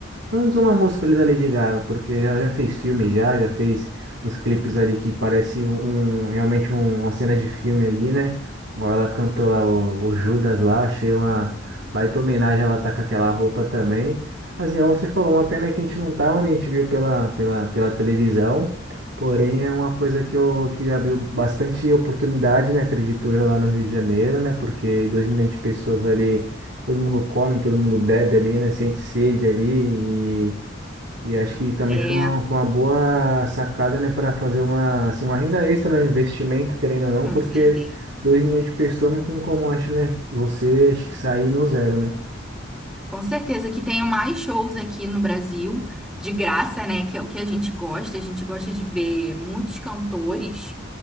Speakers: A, on the right; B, in the centre.
A: Pelo menos uma música ali da Lady Gaga, porque já, já fez filme, já, já fez uns clipes ali que parece um, um, realmente um- uma cena de filme ali, né? Igual Ela cantou lá o, o Judas lá, achei uma baita homenagem, ela tá com aquela roupa também. Assim, igual você falou, uma pena que a gente não tava, né? A gente viu pela, pela, pela televisão, porém é uma coisa que, eu, que abriu bastante oportunidade, né? Acredito eu, lá no Rio de Janeiro, né? Porque 2 milhões de pessoas ali Todo mundo come, todo mundo bebe ali, né? Sente sede ali e, e acho que também
B: É,
A: foi uma, foi uma boa sacada, né? Para fazer uma, assim, uma renda extra, né? um Investimento, querendo ou não,
B: com
A: porque
B: certeza.
A: 2 milhões de pessoas não tem como, acho, né? Você acho que sair no zero, né?
B: Com certeza que tenho mais shows aqui no Brasil, de graça, né? Que é o que a gente gosta. A gente gosta de ver muitos cantores.